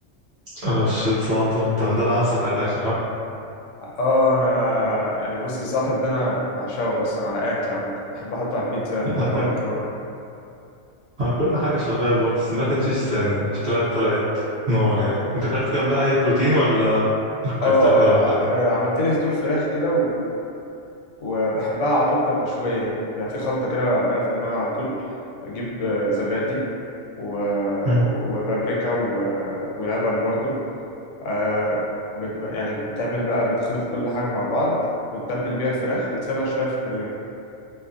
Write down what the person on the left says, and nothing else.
اه انا يعني بص الزعتر ده انا بعشقه اصلا على اكل عامه بحب احطه على البيتزا احطه
على المكرونه
اه
ع-
عملت لي صدور فراخ كده وبحبها على طول بتبقى مشوية يعني بقى في خلطة كده بقى في دماغي على طول أجيب آه، زبادي و...
وبابريكا و... ولبن برضو آه بت... يعني بتعمل بقى بتخلط كل حاجة مع بعض وتتبل بيها الفراخ وتسيبها شوية في التلاجة